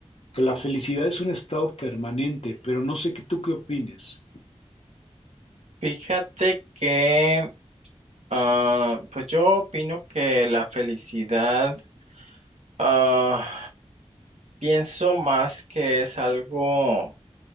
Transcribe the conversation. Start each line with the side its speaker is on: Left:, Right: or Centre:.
Left: que la felicidad es un estado permanente, pero no sé qué tú qué opines.
Right: Fíjate que, ah, pues yo opino que la felicidad, ah, pienso más que es algo